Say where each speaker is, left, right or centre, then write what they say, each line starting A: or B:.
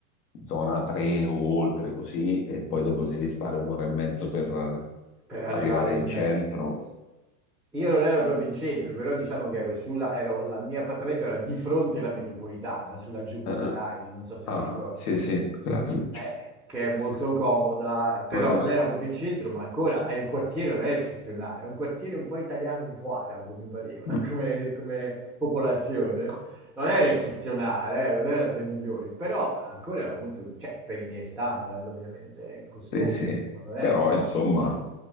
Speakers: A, on the left; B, in the centre.
A: zona 3 o oltre così, e poi dopo devi stare un'ora e mezzo per eh,
B: per arrivare
A: arrivare in
B: in...
A: centro.
B: Io non ero proprio in centro, però diciamo che ero sulla... Ero, la mia appartamento era di fronte alla metropolitana, sulla Jubilee
A: Eh, eh.
B: Line, non so se
A: Ah,
B: ti ricordi.
A: sì, sì, quella che dici.
B: eh, che è molto comoda, però
A: Eh, eh.
B: non era
A: <laughs>
B: proprio in centro, ma ancora è il quartiere non è eccezionale, è un quartiere un po' italiano, un po' arabo, mi pareva,
A: Mm.
B: <laughs> come, come popolazione. Non era eccezionale, eh, non era tra i migliori, però ancora era molto, cioè per i miei standard ovviamente, è costoso,
A: Sì, sì.
B: insomma, non era
A: Però
B: economico.
A: insomma,